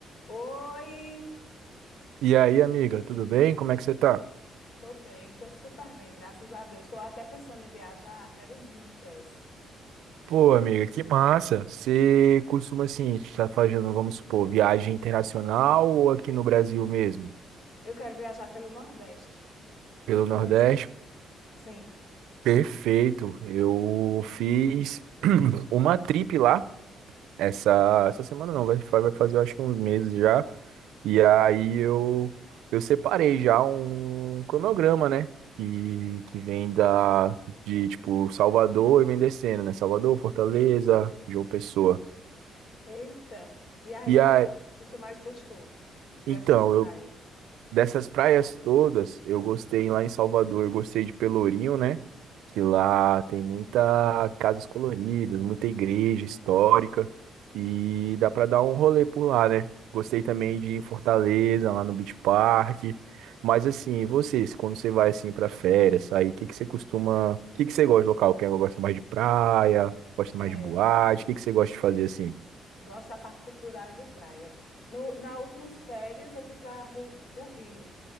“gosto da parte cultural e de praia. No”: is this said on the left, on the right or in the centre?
Left